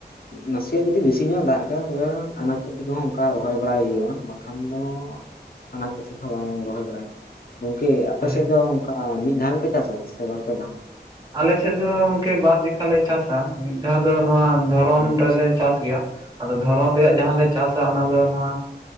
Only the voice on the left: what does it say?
ᱱᱟᱥᱮᱭᱟᱜ ᱡᱩᱫᱤ ᱵᱤᱥᱤ ᱧᱚᱜ ᱮ ᱫᱟᱜ ᱠᱮᱫᱟ ᱛᱚᱵᱮ ᱟᱱᱟᱡ ᱯᱟᱹᱛᱤ ᱠᱚᱦᱚᱸ ᱚᱱᱠᱟ ᱨᱚᱦᱚᱭ ᱵᱟᱲᱟᱭ ᱦᱩᱭᱩᱜᱼᱟ ᱠᱷᱟᱱ ᱫᱚ ᱚᱱᱟᱡ ᱯᱟᱛᱤ ᱠᱚᱦᱚᱸ ᱵᱟᱝ ᱨᱚᱦᱚᱭ ᱵᱟᱲᱟᱭ ᱜᱚᱝᱠᱮ ᱟᱯᱮᱥᱮᱫ
ᱫᱚ ᱚᱱᱠᱟ ᱢᱤᱫ ᱫᱷᱟᱣ ᱜᱮᱯᱮ ᱪᱟᱥᱟ ᱥᱮ ᱵᱟᱨᱯᱮ ᱫᱷᱟᱣ
ᱟᱪᱪᱷᱟ